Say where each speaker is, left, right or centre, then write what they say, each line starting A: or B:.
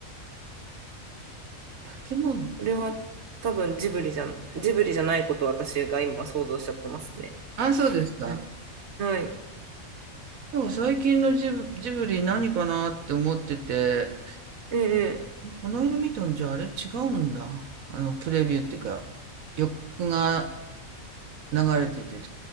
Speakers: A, on the right; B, on the right.
A: 化け物の子。
B: これは多分ジブリじゃ、ジブリじゃないことを私が今想像しちゃってますね。
A: ああ、そうですか。
B: うんはい。
A: でも最近のジブ、ジブリ何かなって思ってて、
B: ええ、
A: この間見たのじゃあ、あれ違うんだ。あの、プレビューっていうか、予告が流れてて、